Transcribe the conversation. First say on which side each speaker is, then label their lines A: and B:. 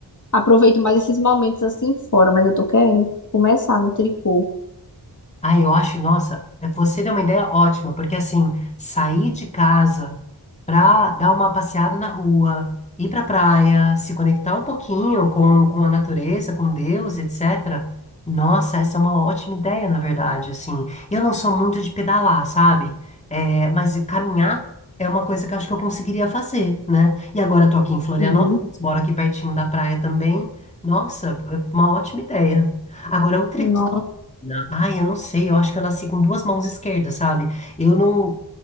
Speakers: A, on the left (about 45°); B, on the left (about 15°).
A: aproveito mais esses momentos assim fora. Mas eu tô querendo começar no tricô.
B: Ah, eu acho, nossa, é- você deu uma ideia ótima, porque assim, sair de casa pra dar uma passeada na rua, ir pra praia, se conectar um pouquinho com, com a natureza, com Deus, etc. Nossa, essa é uma ótima ideia, na verdade, assim. Eu não sou muito de pedalar, sabe? É, mas caminhar é uma coisa que eu acho que eu conseguiria fazer, né? E agora eu tô aqui em Florianópolis,
A: Sim.
B: moro aqui pertinho da praia também. Nossa, é uma ótima ideia. Agora, outra
A: No-
B: na- Ai, eu não sei, eu acho que eu nasci com duas mãos esquerdas, sabe? Eu não,